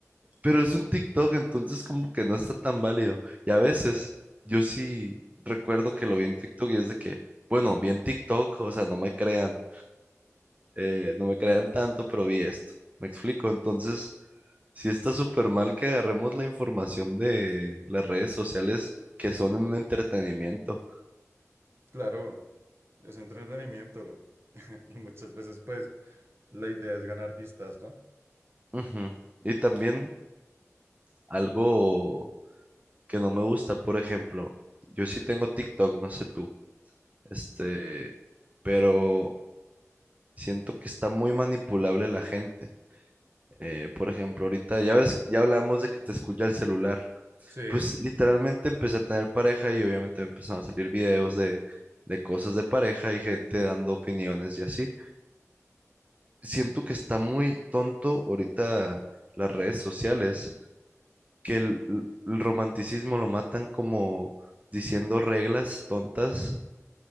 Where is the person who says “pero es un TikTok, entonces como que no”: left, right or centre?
Right